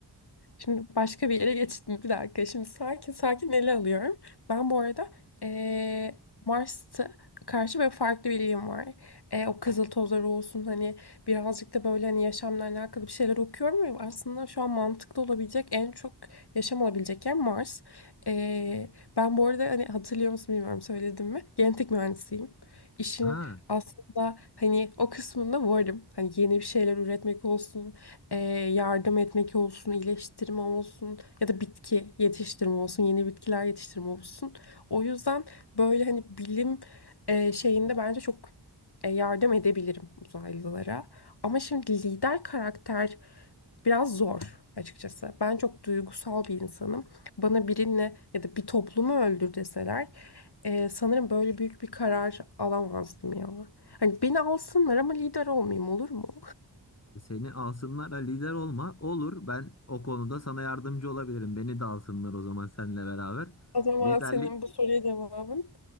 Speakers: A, on the left; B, on the left.
A: Şimdi başka bir yere geçtim. Bir dakika. Şimdi sakin sakin ele alıyorum. Ben bu arada eee Mars'a karşı böyle farklı bir ilgim var. Eee, o kızıl tozları olsun hani birazcık da böyle hani yaşamla alakalı bir şeyler okuyorum ve aslında şu an mantıklı olabilecek en çok yaşam olabilecek yer Mars. Eee, ben bu arada hani hatırlıyor musun bilmiyorum söyledim mi? Genetik mühendisiyim. İşin
B: Ha,
A: aslında hani o kısmında varım. Hani yeni bir şeyler üretmek olsun e, yardım etmek olsun, iyileştirme olsun ya da bitki yetiştirme olsun, yeni bitkiler yetiştirme olsun. O yüzden böyle hani bilim e, şeyinde bence çok e, yardım edebilirim uzaylılara. Ama şimdi lider karakter biraz zor açıkçası. Ben çok duygusal bir insanım. Bana birini ya da bir toplumu öldür deseler e, sanırım böyle büyük bir karar alamazdım ya. Hani beni alsınlar ama lider olmayayım olur mu?
B: seni alsınlar ha, lider olma. Olur ben o konuda sana yardımcı olabilirim. Beni de alsınlar o zaman seninle beraber.
A: O zaman
B: Liderlik
A: senin bu soruya cevabın